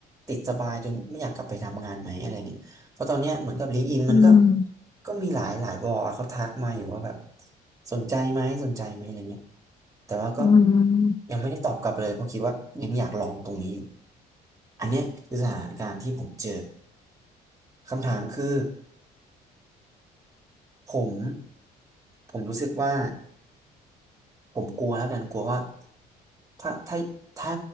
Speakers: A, on the right; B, on the left.
A: ติดสบายจนไม่อยากกลับไปทำงานไหมอะไรเงี้ยเพราะตอนเนี้ยเหมือนกับลิงก์อินมันก็
B: อืม
A: ก็มีหลายหลายบอร์ดเขาทักมาอยู่ว่าแบบสนใจไหมสนใจไหมอะไรเงี้ยแต่ว่าก็
B: อืม
A: ยังไม่ได้ตอบกลับเลยเพราะคิดว่ายังอยากลองตรงนี้อยู่อันเนี้ยคือสถานการณ์ที่ผมเจอคำถามคือผมผมรู้สึกว่า ผมกลัวแล้วกันกลัวว่าถ้าถ้าถ้า